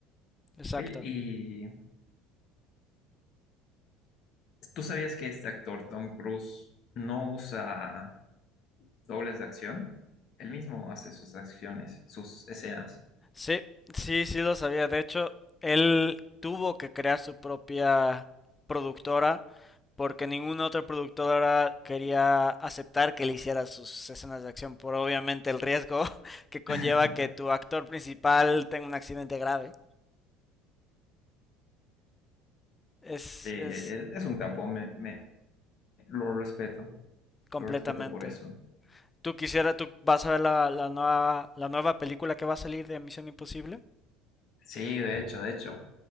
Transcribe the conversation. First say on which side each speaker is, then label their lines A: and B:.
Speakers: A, on the left (about 20°); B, on the left (about 55°).
A: exacto.
B: Oye, ¿y tú sabías que este actor, Tom Cruise, no usa dobles de acción? Él mismo hace sus acciones, sus escenas.
A: Sí, sí, sí lo sabía. De hecho, él tuvo que crear su propia productora porque ninguna otra productora quería aceptar que le hiciera sus escenas de acción por obviamente el riesgo <laughs> que conlleva
B: <laughs>
A: que tu actor principal tenga un accidente grave. Es,
B: Sí, es,
A: es
B: es un capo, me, me- lo respeto,
A: completamente.
B: lo respeto por eso.
A: ¿Tú quisieras, tú vas a ver la, la nueva, la nueva película que va a salir de Misión Imposible?
B: Sí, de hecho, de hecho.